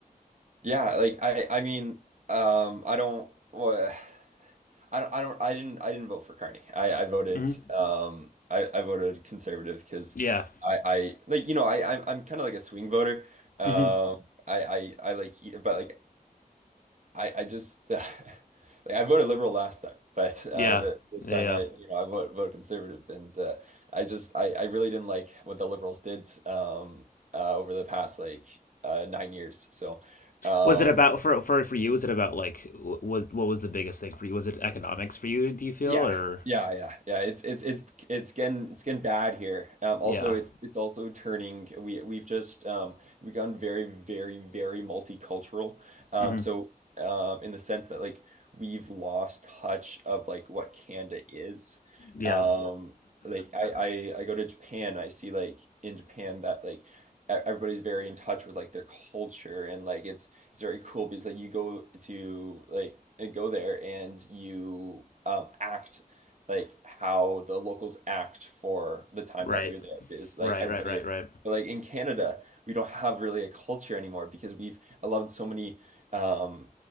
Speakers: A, on the right; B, on the left.
A: yeah, like I I mean, um I don't well, <sighs> I don't I don't I didn't I didn't vote for Carney. I I voted
B: Mm-hmm.
A: um I I voted conservative because
B: Yeah.
A: I I like you know I I'm, I'm kind of like a swing voter. Um
B: Mm-hmm.
A: I I I like but like I I just <laughs> like I voted liberal last time, but uh
B: Yeah.
A: the, this
B: Yeah.
A: time I you know I vote vote conservative and uh I just I I really didn't like what the liberals did um uh over the past like uh 9 years. So um,
B: Was it about for for for you? Was it about like was what was the biggest thing for you? Was it economics for you? Do you feel
A: Yeah,
B: or
A: yeah, yeah, yeah. It's it's it's it's getting it's getting bad here. Um, also,
B: yeah,
A: it's it's also turning. We we've just um, we've gone very very very multicultural. Um,
B: mm-hmm.
A: so um, in the sense that like we've lost touch of like what Canada is.
B: yeah,
A: Um, like I, I I go to Japan. I see like in Japan that like e- everybody's very in touch with like their culture and like it's it's very cool because like you go to like and go there and you um act like how the locals act for the time
B: right,
A: that you're there because like
B: right,
A: everybody
B: right, right, right,
A: like in Canada we don't have really a culture anymore because we've allowed so many um